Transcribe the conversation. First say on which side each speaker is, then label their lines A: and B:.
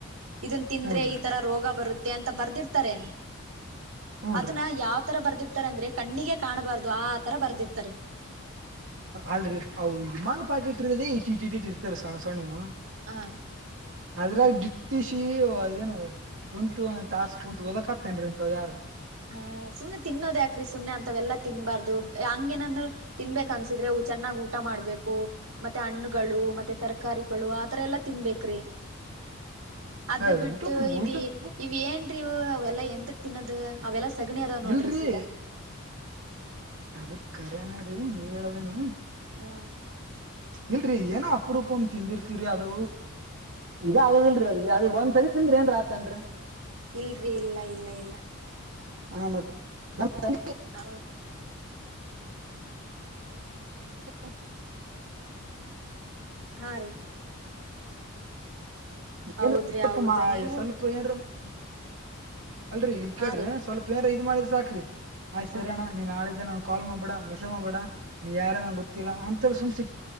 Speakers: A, on the right; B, on the right.
A: ಇದನ್ ತಿಂದ್ರೆ
B: ಹೂನ್ರಿ
A: ಈತರ ರೋಗ ಬರುತ್ತೆ ಅಂತ ಬರ್ದಿರ್ತಾರೆ
B: ಹೂನ್ರಿ
A: ಅದನ್ನ ಯಾವ್ ತರ ಬರ್ದಿರ್ತಾರ ಅಂದ್ರೆ ಕಣ್ಣಿಗೆ ಕಾಣಬಾರ್ದು ಆ ತರ ಬರ್ದಿರ್ತಾರೆ.
B: ಅಲ್ರಿ ಹದು ಮಾಲ್ ಪ್ಯಾಕೆಟ್ ಇಟ್ಟೇ ಇಟ್ ಇಟ್ ಇಟ್ ಇರ್ತಾವ ಸಣ್ಣ ಸಣ್ಣವು
A: ಹಾ
B: ಅದ್ರಾಗ ಡಿಟ್ಟಿ ಶ ಅದೇನ <unintelligible> ಕುಂತು ಒಂದ ತಾಸ ಕುಂತು ಓದಕತೇನ್ರಿ ಅಂತ ಯಾರು
A: ಹ ಸುಮ್ನೆ ತಿನ್ನೋದ ಯಾಕ್ರಿ ಸುಮ್ನೆ ಅಂತವೆಲ್ಲಾ ತಿನ್ಬಾರ್ದ ಹಂಗೇಏನಾದ್ರು ತಿನ್ಬೇಕ ಅನ್ಸಿದ್ರೆ ಚೆನ್ನಗ್ ಊಟ ಮಾಡ್ಬೇಕು ಮತ್ತೆ ಹಣ್ಣಗಳು ಮತ್ತೆ ತರಕಾರಿಗಳು ಆತರ ಎಲ್ಲಾ ತಿನ್ಬೇಕ್ರಿ ಅದು
B: ಹ
A: ಬಿಟ್ಟು
B: ಊಟಕ್
A: ಇವಿ
B: ಊಟಕ್
A: ಇವ ಏನ್ರೀ ಇವು ಅವೆಲ್ಲಾ ಎಂದಕ್ ತಿನ್ನದು ಅವೆಲ್ಲ ಸಗಣಿ ಅದಾವ್ ನೋಡ್ರಿ
B: ಇಲ್ರಿ
A: ಸೀದಾ
B: ಅದಖರಿನ ರೀ ನೀವ ಹೇಳದೇನು
A: ಹಾ
B: ಇಲ್ರರಿ ಏನೋ ಅಪರೂಪ ತಿಂದಿರ್ತಿವ್ರಿ ಅದು ಇದೇ ಆಗದಿಲ್ರರಿ ಅದ ಅ ಒಂದ್ಸರಿ ಏನ್ ರಾತ್ನ್ರಿ
A: ಇಲ್ರಿ ಇಲ್ಲ ಇಲ್ಲ ಇಲ್ಲ
B: ಆ ಮತ್ ನ
A: ಹೌದ್
B: <unintelligible> <unintelligible> <inaudible>
A: ಹಾ ರೀ ಹೌದ್ರಿ
B: ಏನ್ <unintelligible> ಸ್ವಲ್ಪ
A: ಹೌದು
B: ಮಾ
A: ನೀವು
B: ಸ್ವಲ್ಪ ಏನ್ರು ಹ್ಮ ಅಲ್ರರಿ ಇರ್ ಕೇಳ್ರಿ
A: ಹಾ ರೀ
B: ಸ್ವಲ್ಪ ಏನ್ ಇದ ಮಾಡಿದ್ರ ಸಾಕ್ರಿ ಆಯ್ತ್ ಸರಿ
A: ಹಾ
B: ಅಣ್ಣ ನೀನ್ ನಾಳೆ ಕಲ್ ಮಾಡಬೇಡ ಮೆಸೇಜ್ ಮಾಡಬೇಡ ನೀ ಯಾರ ನನ್ ಗೊತ್ತಿಲ್ಲ ಅಂತ ಸುಮ್ ಸಿ